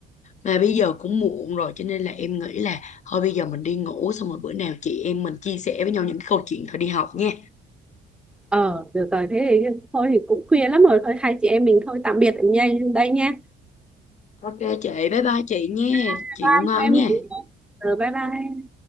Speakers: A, on the left; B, in the centre.
A: Mà bây giờ cũng muộn rồi Cho nên là em nghĩ là Thôi bây giờ mình đi ngủ Xong rồi bữa nào chị em mình chia sẻ với nhau những cái câu chuyện thời đi học nha
B: ờ được rồi thế thì thôi thì cũng khuya lắm rồi thôi hai chị em mình thôi tạm biệt ở nhà đây nha
A: Ok chị, bye bye chị nha
B: bye
A: Chị
B: bye
A: ngủ ngon nha
B: tụi em Ờ, bye bye